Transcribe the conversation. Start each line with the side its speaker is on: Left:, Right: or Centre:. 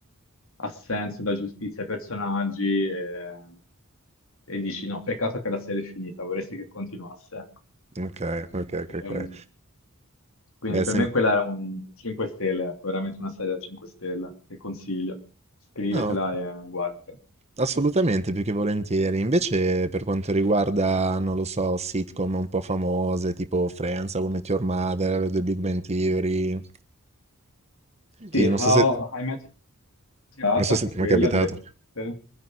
Left: ha senso, dà giustizia ai personaggi e, e dici no, peccato che la serie è finita, vorresti che continuasse, ecco.
Right: Okay, okay, okay,
Left: Ehm,
Right: okay.
Left: quindi
Right: Beh,
Left: per
Right: sem
Left: me quella era un 5 stelle, ecco, veramente una serie da 5 stelle che consiglio. Scrivetela
Right: no,
Left: e guardatela.
Right: assolutamente, più che volentieri. Invece per quanto riguarda, non lo so, sitcom un po' famose, tipo Friends, How I Met Your Mother, The Big Bang Theory Sì,
Left: Sì,
Right: non so
Left: How
Right: se
Left: I Met Your Mother,
Right: non so
Left: anche
Right: se ti è
Left: quella,
Right: mai capitato.
Left: divertente.